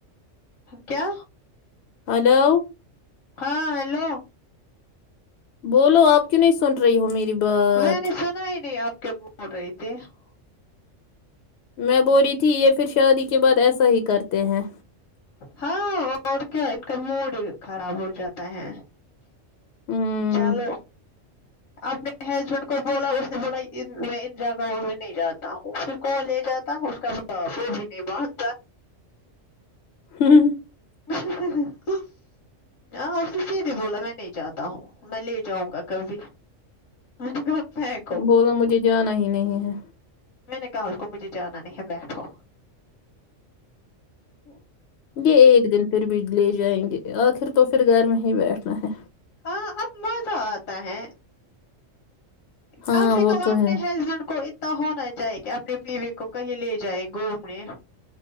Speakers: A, on the left; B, on the left.
A: کیا
B: ہلو
A: ہاں ہیلو
B: بولو اب کیوں نہیں سن رہی ہو میری بات
A: میں نے سنا ہی نہیں آپ کے ب نوڈرتے <unintelligible>
B: میں بو رہی تھی یہ پھر شادی کے بعد ایسا ہی کرتے ہیں
A: ہاں اور کیا ان کا موڈ خراب ہو جاتا ہے
B: ہوں
A: چلو اپنے ہیسبینڈ کو بولا اس نے بولا میں ان جاگا ہوں میں نہیں جاتا ہوں پھر کون لے جاتا اسکا تو باپ وو بھی نہیں مانتا
B: ہوں
A: <unintelligible> ہاں اس س بھی بولا میں نہیں جاتا ہوں میں لے جاؤں گا کبھی گھر پونک
B: بولو مجھے جانا ہی نہیں ہے
A: میں نے کہا اس کو مجھے جانا نہیں ہے بیٹھو وہ
B: یہ ایک دن پھر بھی لے جائیں گے آخر تو پھر گھر میں ہی بیٹھنا ہے
A: ہاں اب مزہ آتا ہے
B: ہاں
A: کم سے
B: وہ
A: کم
B: تو
A: اپنے
B: ہے
A: ہسبینڈ کو ایک ہونا چاہیے کہ اپنے بیوی کو کہیں لے جائے گھومنے